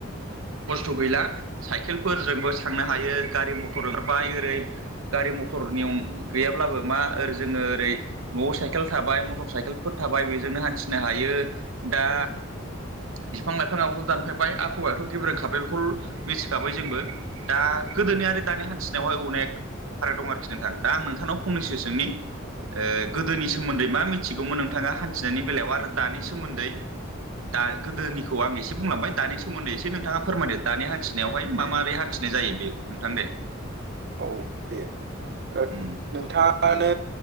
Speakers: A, on the right (about 85°); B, on the right (about 55°).
A: खस्थ' गैला साइकेलफोरजोंबो थांनो हायो गारि मथर ओखारबाय ओरै गारि मथर नियम गैयाब्लाबो माै जोङो ओरै न'आव साइकेल थाबाय मटर साइकेलफोर थाबाय बेजोंनो हान्थिनो हायो दा बिफां लाइफाङाबथ' दानफायबाय आखहौवाथ' गेब्रोंखाबाय बेखौल मिथिखाबाय जोंबो। दा गोदोनि आरो दानि हान्थिनायावहाय अनेक फाराग दं आरोखि नोंथां दा आं नोंथांनाव फंनैसो सोंनि ओ गोदोनि सोमोन्दै मा मिथिगौमोन नोंथाङा हान्थिनायनि बेलायाव आरो दानि सोमोन्दै? दा गोदोनिखौ आं एसे बुंलांबाय दानि सोमोन्दै एसे नोंथाङा फोरमायदो दानि हान्थिनायावहाय मा मारै हान्सि नाय जायो बे नोंथां दे
B: औ दे ओ
A: उम
B: नोंथाङानो